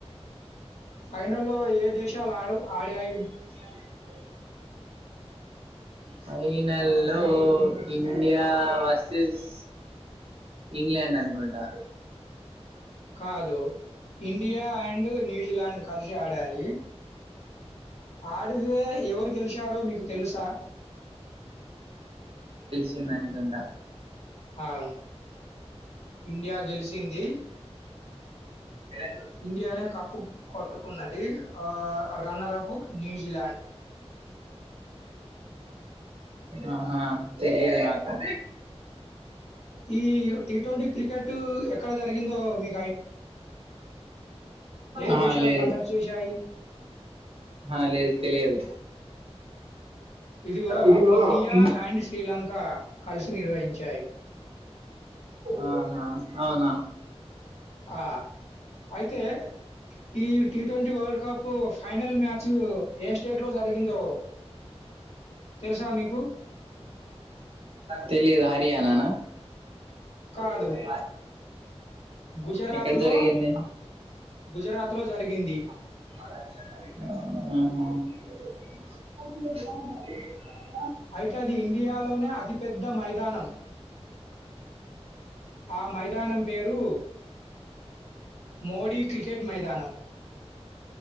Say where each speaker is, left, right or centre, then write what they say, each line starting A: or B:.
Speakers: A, on the left (about 75°); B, on the right (about 60°).
A: ఫైనల్లో ఏ దేశాలు అడవ్ ఆడాయి.
B: స <inaudible> ఫైనల్లో ఇండియా వర్సెస్ ఇంగ్లాండ్ అనుకుంటా
A: కాదు ఇండియా అండ్ న్యూజిలాండ్ కలిసి ఆడాయి ఆడితే ఎవరు గెలిశారో మీకు తెలుసా
B: చింది అనుకుంట
A: అవును. ఇండియా గెలిసింది.
B: <inaudible> <inaudible>
A: ఇండియానే కప్పు కొట్టుకున్నది ఆ రన్నర్ అప్ న్యూజిలాండ్
B: ఆహా తెలీదు నాకు
A: ఈ టి ట్వంటీ క్రి కెట్ ఎక్కడ జరిగిందో మీ ఏ
B: ఆ
A: దేశాలు
B: లేదు
A: కండక్ట్ చేశాయి
B: ఆ లేదు తెలియదు
A: ఇదిగో
B: ఇదిగో
A: ఇండియా అండ్ శ్రీలంక కలిసి నిర్వహి చాయ్
B: అహ అవున
A: ఆ అయితే ఈ T twenty world cup final match ఏ స్టేట్ లో జరిగిందో తెలుసా మీకు
B: తెలిదు హర్యాణనా
A: కాదు
B: ఇ
A: గుజరాత్
B: <inaudible> ఎక్కడ
A: లో
B: జరిగింది
A: గుజరాత్ లో జరిగింది
B: అహ
A: అయితే అది ఇండియాలోనే అతిపెద్ద మైదానం ఆ మైదానం పేరు మోడీ క్రికెట్ మైదానం